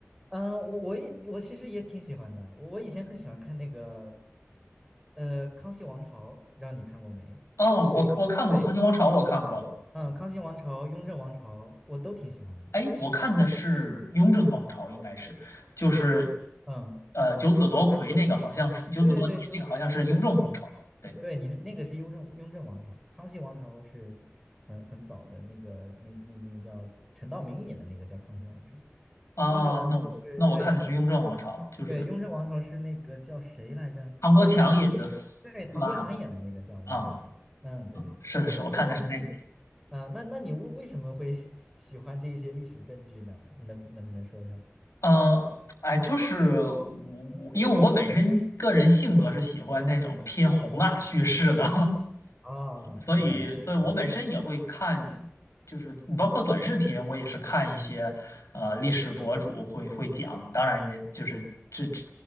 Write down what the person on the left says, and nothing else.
<laughs> 哦，我我看过《康熙王朝》，
我看过了。
哎，我看的是雍正王朝，应该是就是，
呃，九子夺魁那个好像是九子夺嫡那个好像是雍正王朝。
对
啊，
那我那我看的是雍正王朝，就是
唐国强引的四阿哥
啊，
是的是，我看的是那个。
呃，哎，就是我，我因为我本身个人性格是喜欢那种偏宏大叙事的，
<laughs> 所以，
所以我本身也会看，就是你包括短视频，我也是看一些呃历史博主会会讲，当然也就是这这